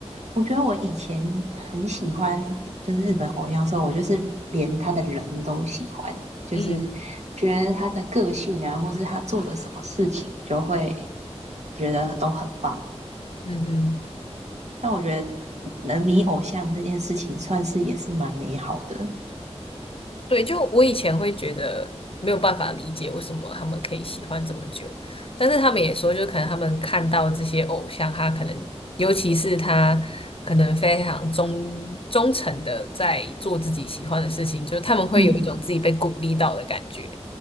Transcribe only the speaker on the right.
我觉得我以前很喜欢，就是日本偶像的时候，我就是连他的人都喜欢，就是觉得他的个性啊，
或是他做的什么事情，就会觉得都很棒。
但我觉得能迷偶像这件事情，算是也是蛮美好的。
嗯